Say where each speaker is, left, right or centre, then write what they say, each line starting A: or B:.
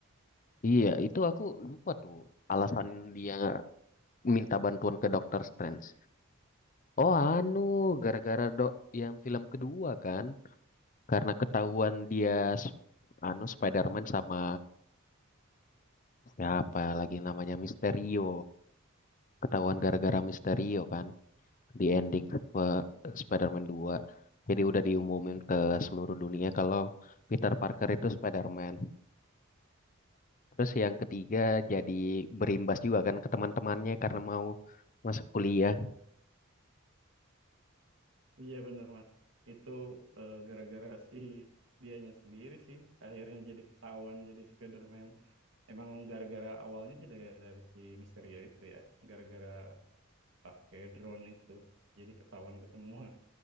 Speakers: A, on the left (about 40°); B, on the right (about 60°).
A: Iya, itu aku lupa tuh alasan dia minta bantuan ke Doctor Strange. Oh, anu gara-gara dok yang film kedua kan karena ketahuan dia sp- anu Spider-Man sama Ya apalagi namanya Misterio. Ketahuan gara-gara Misterio kan di ending Sp- Spider-Man 2. Jadi udah diumumin ke seluruh dunia kalau Peter Parker itu Spider-Man. Terus yang ketiga
B: Iya
A: jadi berimbas juga kan ke teman-temannya karena mau masuk kuliah.
B: Iya, benar Mas. Itu eh, gara-gara si dianya sendiri sih akhirnya jadi ketahuan jadi Spider-Man. Emang gara-gara awalnya sih dari, dari si Misterio itu ya. Gara-gara pakai drone itu jadi ketahuan ke semua.